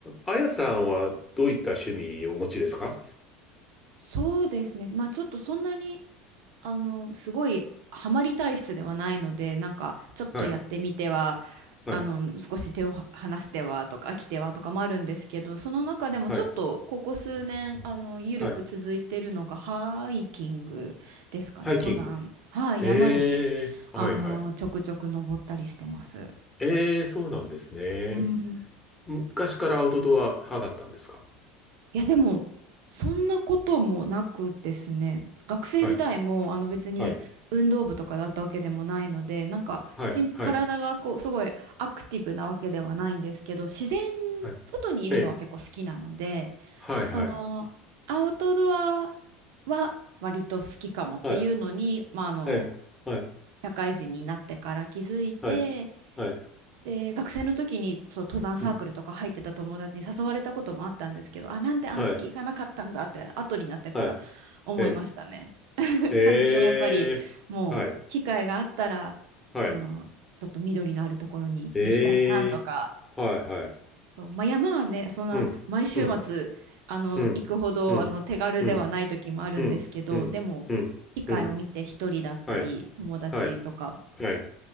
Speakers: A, on the left (about 15°); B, on the right (about 70°).
A: あやさんはどういった趣味をお持ちですか
B: そうですね。まあちょっとそんなに、あの、すごいハマり体質ではないので、なんかちょっとやってみては、
A: はい、はい、
B: あの、少し手をは離してはとか飽きてはとかもあるんですけど、その中でもちょっとここ数年、
A: はい、
B: あの、緩く続いてるのがハイキングですかね、
A: はい。ハイキング。
B: 登山。はい、
A: ええ、
B: 山に、
A: はい、
B: あの、
A: はい。
B: ちょくちょく登ったりしてます。
A: ええ、そうなんですね。
B: うん。
A: 昔からアウトドア派だったんですか
B: いや、でも、そんなこともなくですね、学生時代も、
A: はい、
B: あの別に運動部とかだったわけでもないので、
A: はい、
B: なんかしん、
A: はい、
B: 体がこう、
A: はい、
B: すごいアクティブなわけではないんですけど、自然、
A: はい。
B: 外にいるのは結構好きなので、
A: ええ、はい、
B: その、
A: はい、
B: アウトドアは割と好きかもっていうのに、
A: はい、
B: まあ、あの、
A: ええ、はい、
B: 社会人になってから気づいて、
A: はい、はい、
B: で、学生の時にそう登山サークルとか入ってた友達に誘われたこともあったんですけど、
A: うん、
B: あ、なんであの時行かなかったんだって後になってから思いましたね。
A: はい、はい、え
B: <laughs>
A: え、
B: 最近はやっぱりもう機会があったら、
A: ええ、はい、はい、
B: そのちょっと緑のあるところに行きたいなとか、
A: ええ、はい、はい、
B: そう、まあ、山はね、そんな毎週末あの行くほどあの手軽ではない時もあるんですけど、
A: うん、うん、うん、うん、うん。うん、うん、
B: でも機会を見て一人だったり友達とか
A: うん、うん。はい、はい、はい。